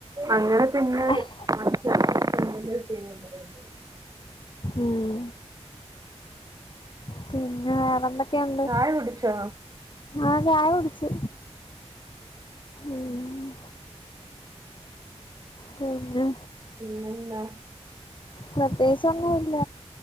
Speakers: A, on the right; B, on the left.
A: അങ്ങനെ പിന്നെ
B: ആഹ്
A: <unintelligible>
B: ഉം പിന്നെ വേറെന്തൊക്കെണ്ട്
A: ചായ കുടിച്ചോ
B: ആഹ് ചായ കുടിച്ച് ഉം പിന്നെ
A: പിന്നെന്താ
B: പ്രത്യേകിച്ചൊന്നുല്ല